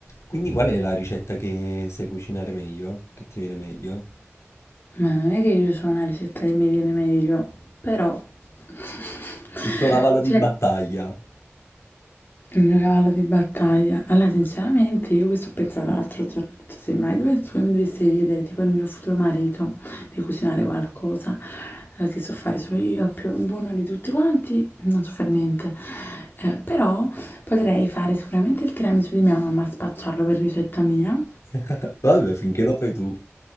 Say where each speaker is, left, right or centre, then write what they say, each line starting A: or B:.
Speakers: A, on the left (about 85°); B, on the left (about 50°).
A: Quindi qual è la ricetta che sai cucinare meglio? Che ti viene meglio?
B: Ma non è che io so una ricetta che mi viene meglio, però <laughs>
A: Il tuo cavallo di
B: cioè,
A: battaglia.
B: il mio cavallo di battaglia. Allora, sinceramente, io questo ho pensato l'altro giorno, ho detto, se mai dovessi, mi dovessi chiedere, tipo il mio futuro marito, di cucinare qualcosa eh, che so fare solo io, più buono di tutti quanti, non so fare niente. Eh, però potrei fare sicuramente il tiramisù di mia mamma, spacciarlo per ricetta mia.
A: <laughs> Vabbè, finché lo fai tu.